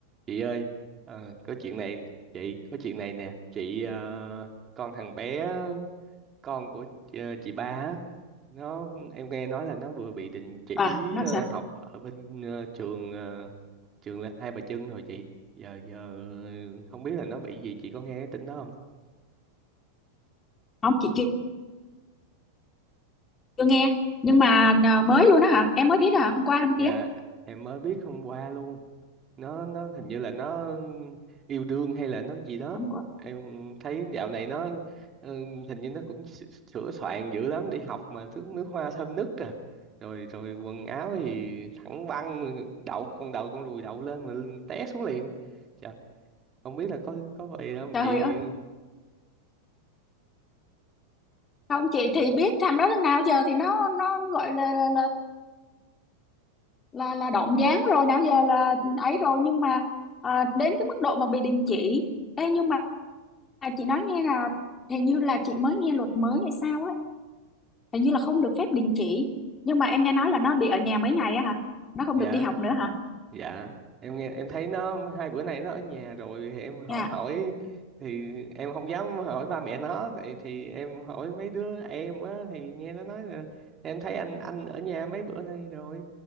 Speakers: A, on the right (about 25°); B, on the left (about 20°).
A: chị ơi ờ, có chuyện này chị có chuyện này nè chị ờ, con thằng bé con của chị, ờ, chị ba á, nó em nghe nói là nó vừa bị đình chỉ
B: à làm
A: ờ,
B: sao
A: học ở bên ờ, trường ờ, trường là Hai Bà Trưng rồi chị giờ giờ không biết là nó bị gì chị có nghe cái tin đó không
B: không chị chưa, chưa nghe nhưng mà à, mới luôn đó hả em mới biết hả hôm qua hôm kia
A: dạ em mới biết hôm qua luôn nó nó hình như là nó yêu đương hay là nó gì đó
B: hôm qua
A: em thấy dạo này nó ừ, hình như nó cũng s- sửa soạn dữ lắm đi học mà thứ nước hoa thơm nức à rồi rồi quần áo thì thẳng băng đậu con đầu con ruồi đậu lên mà té xuống liền trời không biết là có có vậy không
B: trời
A: chị
B: ơi không chị thì biết thằng đó đến nào giờ thì nó nó nó gọi là là là là, là động dáng rồi nào giờ là ấy rồi nhưng mà à, đến cái mức độ mà bị đình chỉ Ê, nhưng mà À, chị nói nghe là hình như là chị mới nghe luật mới hay sao á hình như là không được phép đình chỉ nhưng mà em nghe nói là nó bị ở nhà mấy ngày á hả nó không
A: dạ
B: được đi học nữa hả
A: dạ em nghe em thấy nó hai bữa nay nó ở nhà rồi thì em hỏi
B: nha
A: hỏi thì em không dám hỏi ba mẹ nó thì thì em hỏi mấy đứa em á thì nghe nó nói là em thấy anh anh ở nhà mấy bữa nay rồi